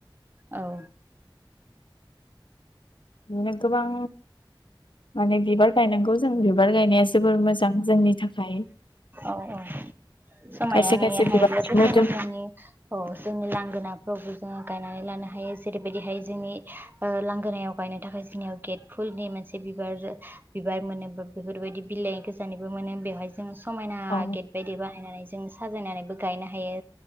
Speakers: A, on the right (about 25°); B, on the left (about 70°).
A: औ
B: बिदिनो गोबां माने बिबार गायनांगौ जों बे बिबार गायनाया जोबोर मोजां जोंनि थाखाय
A: औ औ समायना
B: खायसे
A: नुयो
B: खायसे
A: हायोब्लाथ
B: बिबारनि
A: जों
B: मोदोम
A: जोंनि औ जोंनि लांगोना फ्रावबो जोङो गायनानै लानो हायो जेरैबायदिहाय जोंनि ओ लांगोनायाव गायनो थाखाय जोंनियाव गेटफोर नि मोनसे बिबार बिबार मोनो बेफोरबायदि बिलाइ गोजानिबो मोनो बेवहाय जों समायना
B: औ
A: गेट बायदि नायनानै जों साजायनानैबो गायनो हायो